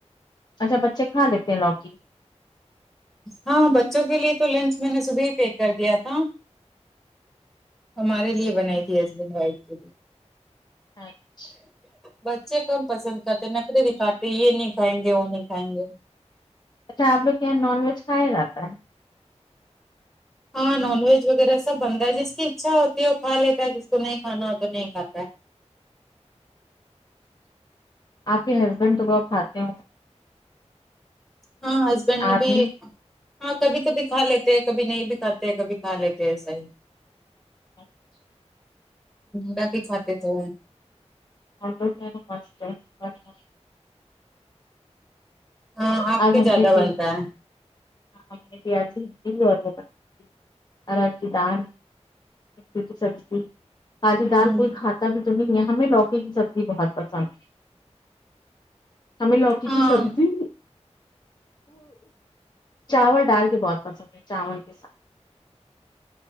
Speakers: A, on the left (about 35°); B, in the centre.
A: اچھا بچے کھا لیتے ہیں لوکی
B: ہاں بچوں کے لیے تو لنچ میں نے صبح ہی پیک کر دیا تھا ہمارے لیے بنائی تھی ہسبینڈ وائف کے لیے
A: اچھا
B: بچے کم پسند کرتے نخرے دکھاتے یے نہیں کھائیں گے وہ نہیں کھائیں گے
A: اچھا آپ لوگ کے یہاں نان ویج کھایا جاتا ہے
B: ہاں نان ویج وغیرہ سب بنتا ہے جس کی اکچھا ہوتی ہے وہ کھا لیتا ہے جس کو نہیں کھانا ہو تو نہیں کھاتا ہے
A: آپ کے ہسبینڈ تو وہ کھاتے ہو
B: ہاں ہسبینڈ
A: آدمی
B: نے بھی ہاں کبھی کبھی کھا لیتے ہیں کبھی نہیں بھی کھاتے ہیں کبھی کھا لیتے ایسا ہی
A: اچھا
B: لاکے کھاتے تو
A: <unintelligible>
B: ہاں آپ
A: اج
B: کے
A: ہم
B: زیادہ
A: نے پی
B: بنتا
A: <unintelligible> روٹی سبزی خالی
B: ہے
A: دال کوئی کھاتا بھی نہیں ہے ہمیں لوکی کی سبزی بہت پسند ہممیں لوکی
B: ہاں
A: کی سبزی چاول دال کے بہت پسند ہے چاول کے ساتھ